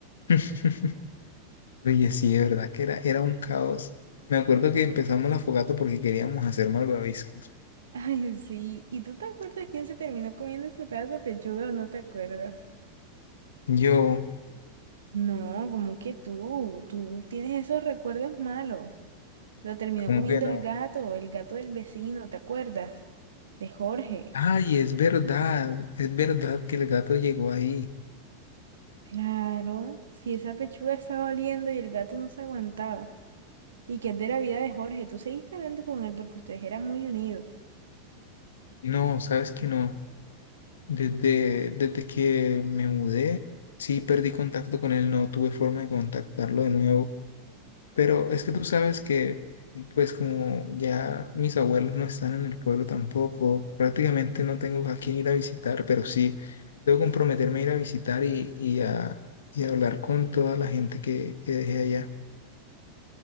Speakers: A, on the left; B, on the right.
A: <laughs> Oye, sí, de verdad que era, era un caos. Me acuerdo que empezamos la fogata porque queríamos hacer malvaviscos.
B: Ay, sí. ¿Y tú te acuerdas quién se terminó comiendo ese pedazo de pechuga o no te acuerdas?
A: Yo,
B: No, como que tú, tú tienes esos recuerdos malos. Lo terminó
A: ¿cómo
B: comiendo
A: que no?
B: el gato, el gato del vecino, ¿te acuerdas? De Jorge.
A: Ay, es verdad, es verdad que el gato llegó ahí.
B: Claro, si esa pechuga estaba oliendo y el gato no se aguantaba. ¿Y que es de la vida de Jorge? Tú seguiste hablando con él porque ustedes eran muy unidos.
A: No, sabes que no. Desde, desde que me mudé, sí perdí contacto con él, no tuve forma de contactarlo de nuevo. Pero es que tú sabes que, pues como ya mis abuelos no están en el pueblo tampoco, prácticamente no tengo a quién ir a visitar, pero sí debo comprometerme a ir a visitar y, y a, y a hablar con toda la gente que, que dejé allá.